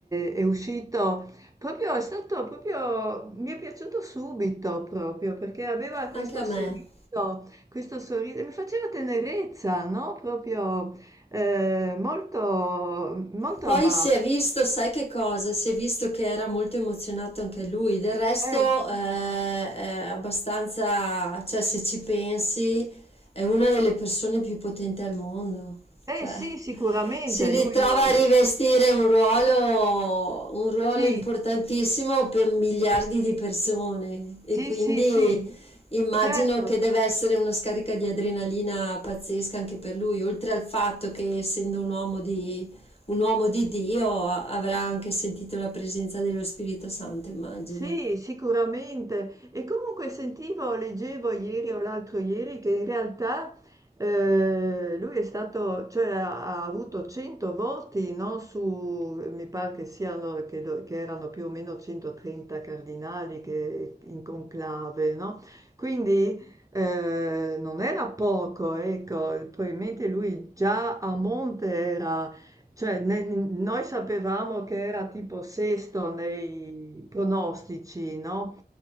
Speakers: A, on the right (about 20°); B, on the left (about 35°).
A: è uscito, proprio, è stato proprio, mi è piaciuto subito proprio, perché aveva questo
B: anche a
A: sorriso,
B: me.
A: questo sorriso, mi faceva tenerezza, no? Proprio eh, molto, molto
B: Poi
A: amato.
B: si è visto, sai che cosa? Si è visto che era molto emozionato anche lui. Del resto,
A: Eh sì,
B: eh, è abbastanza, cioè, se ci pensi, è una delle persone più potenti al mondo.
A: eh,
B: Cioè,
A: sì, sicuramente,
B: si ritrova
A: lui non...
B: a rivestire un ruolo, un ruolo
A: Sì,
B: importantissimo per miliardi di persone e
A: Sì,
B: quindi
A: sì, sì,
B: immagino
A: certo.
B: che deve essere una scarica di adrenalina pazzesca anche per lui, oltre al fatto che essendo un uomo di un uomo di Dio avrà anche sentito la presenza dello Spirito Santo, immagino.
A: Sì, sicuramente. E comunque sentivo, leggevo ieri o l'altro ieri che in realtà eh, lui è stato, cioè ha, ha avuto 100 voti, no, su, mi pare che siano, che, do- che erano più o meno 130 cardinali che, in conclave, no? Quindi eh, non era poco, ecco, probabilmente lui già a monte era Cioè ne n noi sapevamo che era tipo sesto nei pronostici, no,